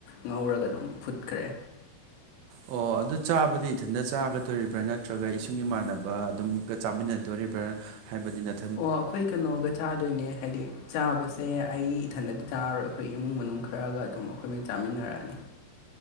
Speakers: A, on the left (about 80°); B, on the right (about 80°).
A: ꯉꯧꯔꯒ ꯑꯗꯨꯝ ꯐꯨꯠꯈ꯭ꯔꯦ
B: ꯑꯣ ꯑꯗꯨ ꯆꯥꯕꯗꯤ ꯏꯊꯟꯇ ꯆꯥꯒꯗꯣꯔꯤꯕ꯭ꯔꯥ ꯅꯠꯇ꯭ꯔꯒ ꯏꯁꯨꯡ ꯏꯃꯥꯟꯅꯕ ꯑꯗꯨꯝꯒ ꯆꯥꯃꯤꯟꯅꯗꯣꯔꯤꯕ꯭ꯔꯥ ꯍꯥꯏꯕꯗꯤ ꯅꯠ
A: ꯑꯣ ꯑꯩꯈꯣꯏ ꯀꯩꯅꯣꯒ ꯆꯥ ꯗꯣꯏꯅꯦ ꯍꯥꯏꯗꯤ ꯆꯥꯕꯁꯦ ꯑꯩ ꯏꯊꯟꯗꯗꯤ ꯆꯥꯔꯔꯣꯏ ꯑꯩꯈꯣꯏ ꯏꯃꯨꯡ ꯃꯅꯨꯡ ꯈꯔꯒ ꯑꯗꯨꯝ ꯑꯩꯈꯣꯏ ꯃꯩ ꯆꯥꯃꯤꯟꯅꯔꯅꯤ